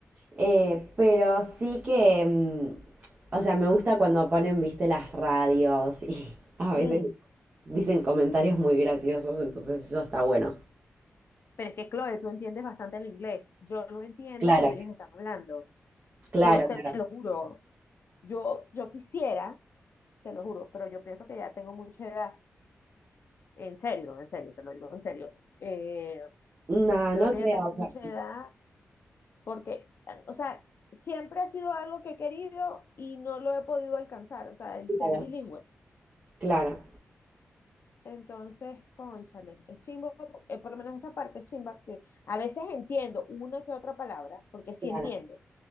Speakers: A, on the right; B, on the left.
A: Eh, pero sí que, mm, o sea, me gusta cuando ponen, viste, las radios y <laughs> a veces
B: Mm,
A: dicen comentarios muy graciosos, entonces eso está bueno.
B: Pero es que, Chloe, tú entiendes bastante el inglés. Yo lo entiendo
A: Claro,
B: cuando ellos están hablando. Yo
A: Claro.
B: te
A: claro.
B: lo juro. Yo, yo quisiera, te lo juro, pero yo pienso que ya tengo mucha edad, en serio, en serio, te lo digo en serio, eh,
A: No,
B: creo
A: no
B: que
A: creo,
B: ya tengo
A: o
B: mucha
A: sea,
B: edad porque, o sea, siempre ha sido algo que he querido y no lo he podido alcanzar, o sea, el
A: claro,
B: ser bilingüe.
A: claro,
B: Entonces, cónchale, es chimbo, eh, por lo menos esa parte es chimba, que a veces entiendo una que otra palabra, porque sí
A: claro,
B: entiendo,